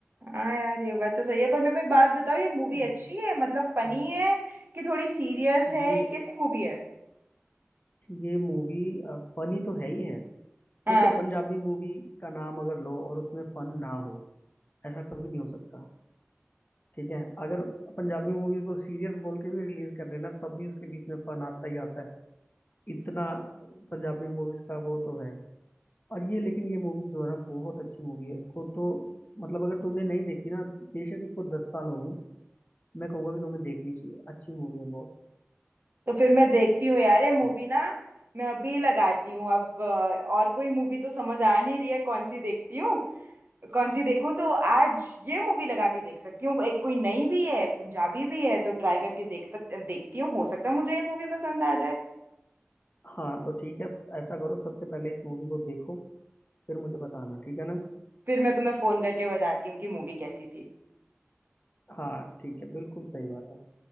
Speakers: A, on the right (about 50°); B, on the left (about 40°).
A: हाँ यार ये बात तो सही है पर मेरे को एक बात बताओ ये मूवी
B: हम्म,
A: अच्छी है मतलब फनी
B: हम्म।
A: है कि थोड़ी सीरियस है
B: ये
A: ये कैसी मूवी है
B: ये मूवी फनी तो है ही है
A: हाँ
B: देखो पंजाबी मूवी का नाम अगर लो और उसमें फन ना हो ऐसा कभी नहीं हो सकता ठीक है अगर पंजाबी मूवीज को सीरियस बोल के भी रिलीज कर रहे हैं ना तब भी उसके बीच में फन आता ही आता है इतना पंजाबी मूवीज का वो तो है और ये लेकिन ये मूवी जो है ना बहुत अच्छी मूवी है इसको तो मतलब अगर तुमने नहीं देखी ना बेशक इसको दस साल हो गए मैं कहूंगा कि तुम्हें देखनी चाहिए अच्छी मूवी है बहुत
A: तो फिर मैं देखती हूँ यार ये मूवी
B: ठीक
A: ना मैं अभी लगाती हूँ अब अ, और कोई मूवी तो समझ आ नहीं रही है कौन सी देखती हूँ कौन सी देखूं तो आज ये मूवी लगा के देख सकती हूँ एक कोई नई भी है पंजाबी भी है तो ट्राई करके देख तक देखती हूँ हो सकता है मुझे ये मूवी पसंद आ जाए
B: हाँ तो ठीक है ऐसा करो सबसे पहले इस मूवी को देखो फिर मुझे बताना ठीक है ना
A: फिर मैं तुम्हें फोन करके बताती हूँ कि मूवी कैसी थी
B: हाँ ठीक है बिल्कुल सही बात है